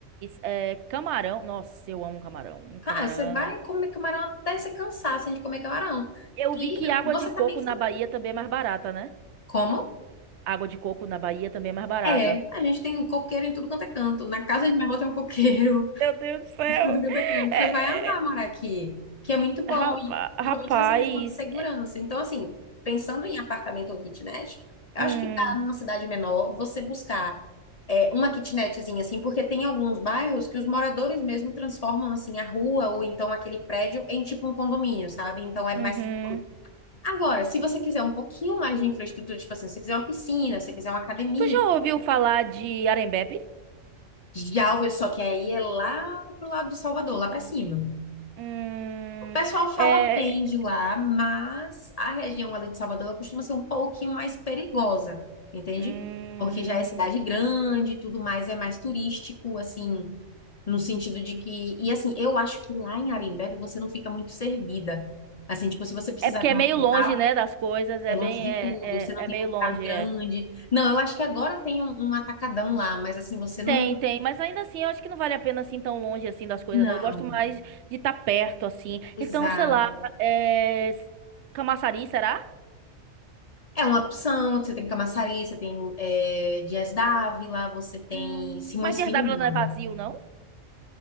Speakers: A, on the right; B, on the left.
A: é, camarão, nossa, eu amo camarão. Um
B: cara,
A: camarão.
B: você vai comer camarão até você cansar assim, de comer camarão.
A: Eu
B: E
A: vi que água
B: você
A: de coco
B: também tem.
A: na Bahia também é mais barata, né?
B: Como?
A: Água de coco na Bahia também é mais barata.
B: É, a gente tem coqueiro em tudo quanto é canto. Na casa de minha avó tem um coqueiro.
A: Meu Deus do céu!
B: de tudo que é canto.
A: É,
B: Você vai amar
A: é,
B: morar aqui, que é muito bom,
A: rapa-
B: e
A: rapaz.
B: principalmente nessa questão de segurança.
A: é,
B: Então, assim, pensando em apartamento ou kitnet, eu
A: hum,
B: acho que dá numa cidade menor você buscar é, uma kitnetzinha, assim, porque tem alguns bairros que os moradores mesmo transformam, assim, a rua ou então aquele prédio em tipo um condomínio, sabe? Então é
A: uhum.
B: mais seguro. Agora, se você quiser um pouquinho mais de infraestrutura, tipo assim, se você quiser uma piscina, se você quiser uma academia,
A: Tu já ouviu falar de Arembepe?
B: já, só que aí é lá pro lado de Salvador, lá pra cima.
A: Hum,
B: O pessoal fala
A: é,
B: bem de lá, mas a região ali de Salvador ela costuma ser um pouquinho mais perigosa, entende?
A: Hum,
B: Porque já é cidade grande, tudo mais é mais turístico, assim, no sentido de que. E assim, eu acho que lá em Arembebe você não fica muito servida. Assim, tipo, se você precisar
A: é porque
B: de
A: é
B: um
A: meio
B: hospital,
A: longe, né, das coisas, é
B: é longe
A: bem,
B: de
A: é,
B: tudo,
A: é,
B: você não tem
A: é meio
B: mercado
A: longe,
B: grande.
A: é.
B: Não, eu acho que agora tem um, um atacadão lá, mas assim, você não.
A: Tem, tem, mas ainda assim, eu acho que não vale a pena assim tão longe assim das coisas,
B: Não,
A: não. Eu gosto mais de estar perto, assim.
B: exato.
A: Então, sei lá, é... Camaçari, será?
B: É uma opção, você tem Camaçari, você tem é, Dias Dávila, você tem
A: Hum,
B: Simões
A: mas de
B: Filho,
A: Herdável
B: não.
A: não é vazio, não?